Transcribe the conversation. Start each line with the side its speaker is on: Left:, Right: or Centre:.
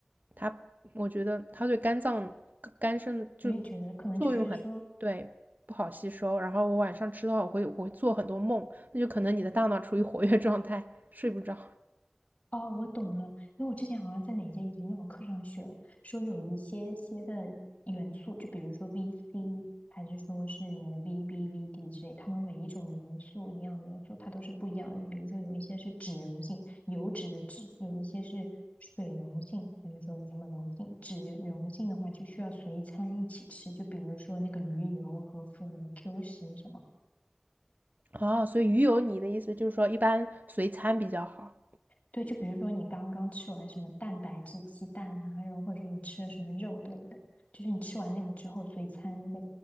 Right: 它我觉得它对肝脏、肝肾就
Left: 我也觉得可能就是说，
Right: 作用很，对，不好吸收。然后我晚上吃的话，我会我会做很多梦，那就可能你的大脑处于活跃状态，睡不着。
Left: 哦，我懂了，因为我之前好像在哪节营养课上学，说有一些些的元素，就比如说 VC，还是说是你的 VB、VD 之类，它们每一种元素、营养元素它都是不一样的。比如说有一些是脂溶性，油脂的脂，有一些是水溶性，还是说是什么溶性？脂溶性的话就需要随餐一起吃，就比如说那个鱼油和辅酶 Q 十什么。
Right: 哦，所以鱼油，你的意思就是说一般随餐比较好。
Left: 对，就比如说你刚刚吃完什么蛋白质鸡蛋啊，然后或者说你吃了什么肉类的，就是你吃完那个之后，随餐在